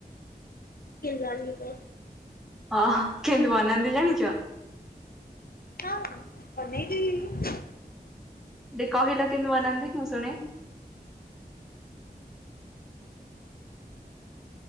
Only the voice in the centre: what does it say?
ଅ କେମିତି ବନାନ୍ତି ଜାଣିଚ।
ଟ କହିଲ କେମତି ବନାନ୍ତି ମୁଁ ଶୁନେ।